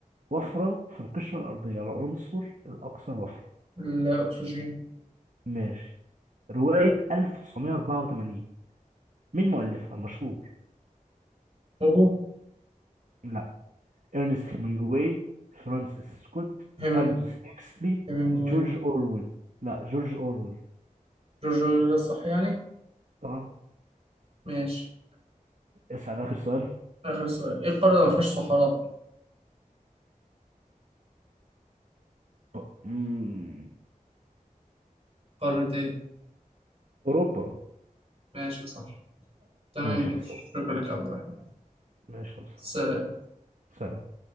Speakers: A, on the right; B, on the right.
A: وفرة في القشرة الأرضية العنصر الأكثر وفرة
B: الاكسجين
A: ماشي رواية 1984 مين مؤلفها مشهور
B: هوجو
A: لا إرنست هيمنجواي فرانسيس سكوت
B: هيمنج
A: ألدوس هيكسلي
B: هيمنجواي
A: جورج أورويل لا جورج أورويل
B: جورجو ده صح يعني
A: اه
B: ماشي
A: اسأل آخر سؤال
B: اخر سؤال ايه القارة اللي ما فيهاش صحراء
A: طب، مم.
B: قارة ايه
A: أوروبا
B: ماشي صح تمام
A: ماشي
B: ماشي
A: يا مصطفى
B: شكرا لك يا عبد الرحمن
A: ماشي يا مصطفى
B: سلام
A: سلام